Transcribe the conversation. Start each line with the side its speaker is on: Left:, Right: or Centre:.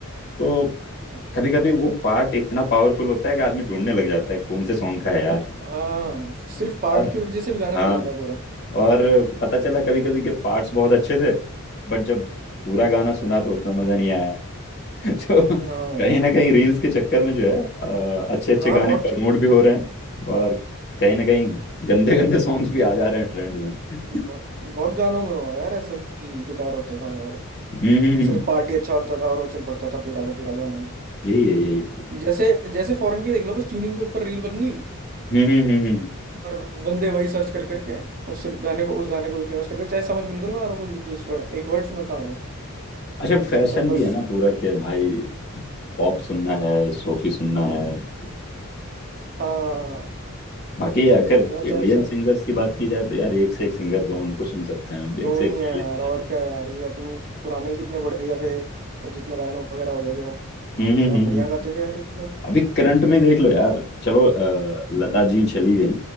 Left: तो
Right: हम्म,
Left: कभी कभी वो पार्ट इतना पावरफुल होता है कि आदमी ढूंढने लग जाता है कौन से सॉन्ग का है यार
Right: हाँ सिर्फ पार्ट
Left: और
Right: की वजह से भी गाना
Left: हाँ
Right: चल जाता है पूरा
Left: और पता चला कभी कभी के पार्ट्स बहुत अच्छे थे बट जब पूरा गाना सुना तो उतना मजा नहीं आया <laughs> तो
Right: हाँ
Left: कहीं ना कहीं रील्स के चक्कर में जो है अच्छे अच्छे
Right: हाँ
Left: गाने
Right: बहुत
Left: प्रमोट भी हो रहे हैं और कहीं ना कहीं गंदे गंदे सॉन्ग्स भी आ जा रहे हैं ट्रेंड में
Right: बहुत, बहुत गानों में हुआ यार ऐसा कि बेकार होता था और
Left: हम्म हम्म हम्म,
Right: सिर्फ पार्टी अच्छा होता था और वो चल पड़ता था पूरा का पूरा गाना
Left: यही है यही है
Right: जैसे जैसे फॉरेन के देख लो बस ट्यूनिंग के ऊपर रील बन गई
Left: हम्म हम्म हम्म हम्म।
Right: और बंदे वही सर्च कर करके उस गाने को उस गाने को भी फेमस करते चाहे समझ बिल्कुल ना आ रहा हो कुछ भी उस पर एक वर्ड समझ ना आ रहा
Left: अच्छा
Right: हो
Left: फैशन
Right: पर
Left: भी
Right: बस
Left: है ना पूरा के भाई पॉप सुनना है सूफी सुनना है
Right: हाँ
Left: बाकी अगर
Right: मतलब
Left: इंडियन
Right: चाहे
Left: सिंगर्स की बात की जाए तो यार एक से एक सिंगर्स हैं उनको सुन सकते हैं हम
Right: वो
Left: एक से
Right: नहीं
Left: एक
Right: है
Left: प्लेलिस्ट
Right: यार और
Left: है
Right: क्या यार ये अपनी पुराने ही कितने बढ़िया थे वो जितना रायनो वगैरह हो गया जो
Left: हम्म हम्म
Right: क्या
Left: हम्म
Right: बढ़िया
Left: हम्म।
Right: गाते थे यार ये लोग
Left: अभी करंट में देख लो यार चलो अ, लता जी चली गई